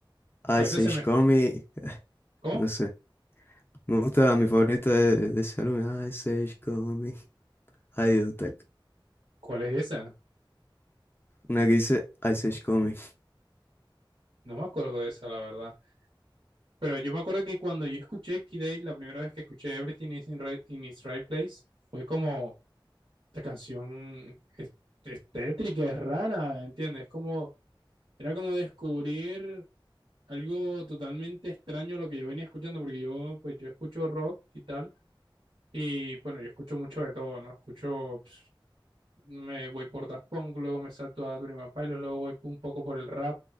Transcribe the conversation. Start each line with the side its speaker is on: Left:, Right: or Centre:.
Right: Ahorita
Left: Ice
Right: se
Left: Age
Right: me.
Left: Comic,
Right: ¿Cómo?
Left: no sé. Me gusta mi favorita de, de ese álbum, Ice Age Comic, Idiotech.
Right: ¿Cuál es esa?
Left: Una que dice Ice Age Comic,
Right: No me acuerdo de esa, la verdad. Pero yo me acuerdo que cuando yo escuché Kid A, la primera vez que escuché Everything is in, Right- in its Right Place, fue como. esta canción es, es tétrica, es rara, ¿entiendes? Como, era como descubrir algo totalmente extraño a lo que yo venía escuchando, porque yo, pues yo escucho rock y tal, y bueno, yo escucho mucho de todo, ¿no? Escucho, pues, me voy por Daft Punk, luego me salto a Tony One Pilots, luego voy un poco por el rap,